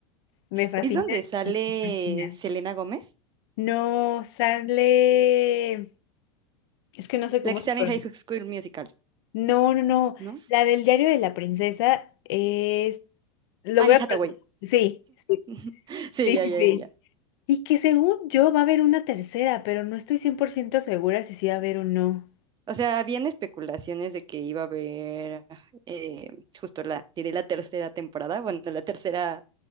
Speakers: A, on the left; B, on the right.
A: Me fascina
B: Es donde sale
A: y me fascina.
B: Selena Gómez,
A: No, sale... Es que no sé cómo
B: la que
A: se
B: sale
A: pronuncia.
B: en High School Musical,
A: No, no, no.
B: ¿no?
A: La del Diario de la Princesa es... Lo
B: Annie
A: voy
B: Hathaway.
A: a... pro- Sí, sí,
B: <laughs> Sí,
A: sí,
B: ya,
A: sí.
B: ya,
A: sí.
B: ya. ya.
A: Y que según yo va a haber una tercera, pero no estoy 100% segura si sí va a haber o no.
B: O sea, habían especulaciones de que iba a haber eh, justo la, diré la tercera temporada, bueno, la tercera